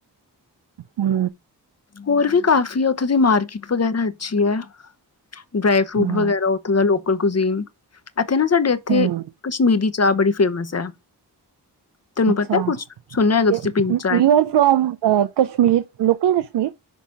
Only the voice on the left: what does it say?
ਹੋਰ ਵੀ ਕਾਫੀ ਉਥੋ ਦੀ ਮਾਰਕੀਟ ਵਗੈਰਾ ਅਛੀ ਐ। ਡਰਾਈ ਫਰੂਟ
ਵਗੈਰਾ ਉਥੋ ਦਾ ਲੋਕਲ ਗਜ਼ੀਨ ਇਥੇ ਨਾ ਸਾਡੇ ਇਥੇ
ਕਸ਼ਮੀਰੀ ਚਾਹ ਬੜੀ ਫੇਮਸ ਐ। ਤੈਨੂੰ
ਪਤੈ ਕੁੱਛ ਸੁਣਿਆ ਹੈਏਗਾ ਤੁਸੀ
ਪੀਕ ਚਾਏ?